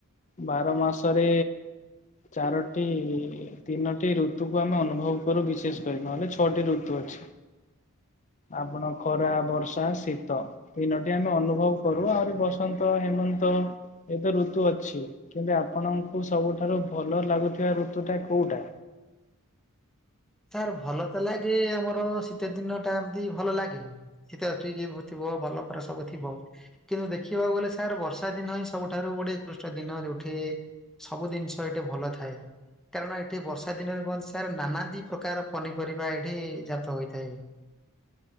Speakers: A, on the left; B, in the centre.
A: ବାର ମାସରେ ଚାରୋଟି, ତିନୋଟି ଋତୁକୁ ଆମେ ଅନୁଭବ କରୁ ବିଶେଷ କରି, ନହେଲେ ଛଅଟି ଋତୁ ଅଛି।
B: <inaudible>
A: ଆପଣ ଖରା, ବର୍ଷା, ଶୀତ ତିନୋଟି ଆମେ ଅନୁଭବ କରୁ, ଆହୁରି ବସନ୍ତ, ହେମନ୍ତ ଏ ତ ଋତୁ ଅଛି କିନ୍ତୁ ଆପଣଙ୍କୁ ସବୁଠାରୁ ଭଲ ଲାଗୁଥିବା ଋତୁ ଟା କୋଉଟା?
B: ସାର୍ ଭଲ ତ ଲାଗେ, ଆମର ଶୀତ ଦିନ ଟା ଏମତି ଭଲ ଲାଗେ। <unintelligible> ଭଲ ପରା ସବୁ ଥିବ କିନ୍ତୁ ଦେଖିବାକୁ ଗଲେ ତାର ବର୍ଷା ଦିନ ହିଁ ସବୁଠାରୁ ଗୋଟେ ଉକୃଷ୍ଟ ଦିନ ଯୋଉଠି ସବୁ ଜିନିଷ ଏଇଠି ଭଲ ଥାଏ। କାରଣ ଏଠି ବର୍ଷା ଦିନରେ ହୁଅନ୍ତି ସାର, ନାନା ଦି ପ୍ରକାର ପନିପରିବା ଏଇଠି ଜାତ ହୋଇଥାଏ।